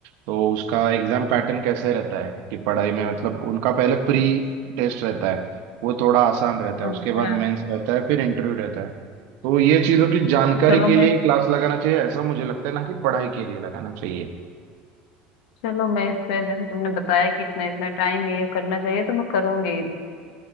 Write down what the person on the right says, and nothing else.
तो उसका एग्जाम पैटर्न कैसे रहता है कि पढ़ाई में मतलब उनका पहले प्री टेस्ट रहता है वो थोड़ा आसान रहता है
उसके बाद मेंस रहता है फिर इंटरव्यू रहता है तो ये चीज़ों की जानकारी
के
लिए क्लास लगाना चाहिए ऐसा मुझे लगता है ना कि पढ़ाई के लिए लगाना चाहिए